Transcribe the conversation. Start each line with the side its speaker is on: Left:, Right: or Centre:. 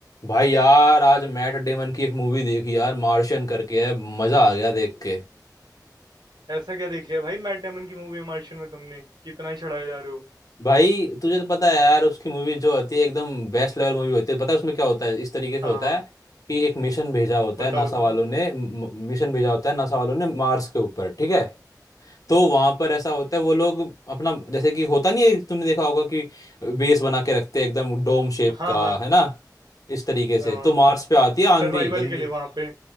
Left: भाई यार आज मैट डेमन की एक मूवी देखी यार मार्शियन करके है मजा आ गया देख के
Right: ऐसा क्या देख लिया भाई मैट डेमन की मूवी है मार्शियन में तुमने कि इतना ही चढ़ाए जा रहे हो
Left: भाई तुझे तो पता है यार उसकी मूवी जो होती है एकदम बेस्ट लेवल मूवी होती है पता है उसमें क्या होता है इस तरीके से
Right: हाँ
Left: होता
Right: हाँ
Left: है कि एक मिशन भेजा होता
Right: बताओ
Left: है नासा वालों
Right: तो
Left: ने म- मिशन भेजा होता है नासा वालों ने मार्स के ऊपर ठीक है तो वहां पर ऐसा होता है वो लोग अपना जैसे कि होता नहीं है तुमने देखा होगा कि बेस बना के रखते हैं एकदम डोम शेप
Right: हाँ
Left: का
Right: हाँ
Left: है ना इस तरीके से
Right: हाँ
Left: तो मार्स पे आती है आंधी
Right: सर्वाइवल
Left: गंदी
Right: के लिए वहां पे